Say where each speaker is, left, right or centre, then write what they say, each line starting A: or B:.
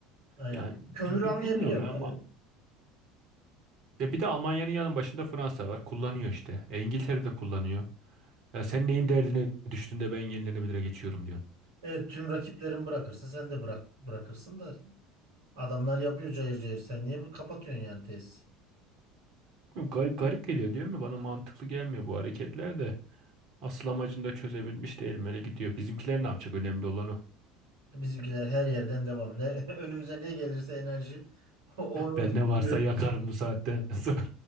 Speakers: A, on the right; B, on the right.
A: Aynen.
B: Yani
A: Kömürü
B: bi- bi-
A: anlayabiliyorum.
B: bilmiyorum ya. ama-
A: Evet.
B: Ya bir de Almanya'nın yanın başında Fransa var. Kullanıyor işte. E, İngiltere de kullanıyor. Ya sen neyin derdine düştün de ben yenilenebilire geçiyorum diyorsun.
A: Evet tüm rakiplerin bırakırsa sen de bırak bırakırsın da adamlar yapıyor cayır cayır. Sen niye bu- kapatıyorsun yani tesis?
B: Yok, Garip garip geliyor değil mi? Bana mantıklı gelmiyor bu hareketler de. Asıl amacını da çözebilmiş değilim. Öyle gidiyor. Bizimkiler ne yapacak? Önemli olan o.
A: Bizimkiler her yerden devam. Ne <laughs> önümüze ne gelirse enerji <laughs> onu
B: Ben ne
A: <laughs>
B: varsa
A: üretim.
B: yakarım bu saatten sonra. <laughs>